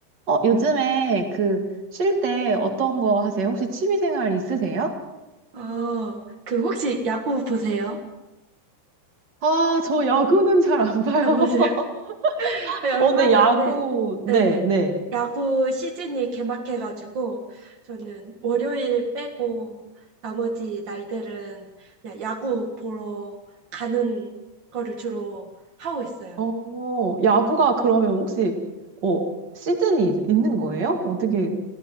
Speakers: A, on the right; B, on the right.
A: 어, 요즘에 그 쉴 때 어떤 거 하세요? 혹시 취미 생활 있으세요?
B: 어, 그 혹시 야구 보세요?
A: 아, 저 야구는 잘 안 봐요.
B: 안 보세요?
A: <laughs>
B: <laughs> 네, 얼마
A: 어, 데
B: 전에
A: 야구, 네,
B: 네,
A: 네.
B: 야구 시즌이 개막해가지고 저는 월요일 빼고 나머지 날들은 그냥 야구 보러 가는 거를 주로 하고 있어요.
A: 어, 야구가 그러면 혹시, 어, 시즌이 있는 거예요? 어떻게,